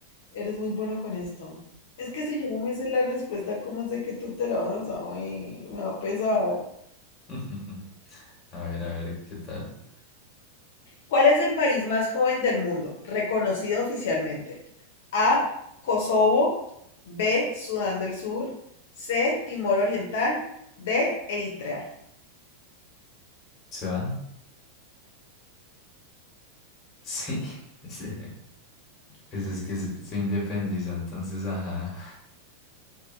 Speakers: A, on the left (about 65°); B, on the left (about 30°).
A: Eres muy bueno con esto. Es que si yo no me sé la respuesta, ¿cómo sé que tú te la vas a oír? Me va a pesar.
B: <laughs> A ver, a ver, ¿qué tal?
A: ¿Cuál es el país más joven del mundo, reconocido oficialmente? A. Kosovo. B. Sudán del Sur. C. Timor Oriental. D. Eritrea.
B: ¿Se van? Sí. <laughs> sí. Pues es que se, se independiza, entonces, ajá.